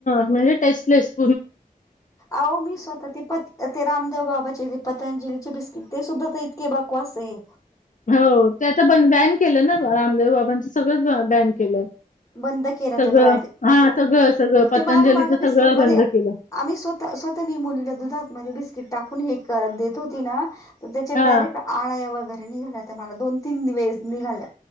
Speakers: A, on the left; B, on the left.
A: म्हणजे टेस्टलेस्ट.
B: अहो मी स्वतः ते पतं ते रामदेव बाबाचे पतंजलीचे बिस्किट, ते सुद्धा तर इतके बकवास ये.
A: हो, ते आता बॅन केलं ना, रामदेव बाबांचं सगळंच बॅन केलंय.
B: बंद केलं
A: सगळं
B: ते ब्रॅण्ड
A: हा
B: ओके.
A: सगळं सगळं पतंजलीच
B: ते माग मागं
A: सगळं
B: बिस्किट
A: बंद
B: मध्ये,
A: केलं
B: आम्ही स्वतः स्वतः मी मुलीला दुधातमध्ये, बिस्किट टाकून हे करत देत होती ना. त्यांच्या
A: हा
B: डायरेक्ट आळ्या वगैरे निघाल्या होत्या. मला दोन तीन वेळेस निघाल्या.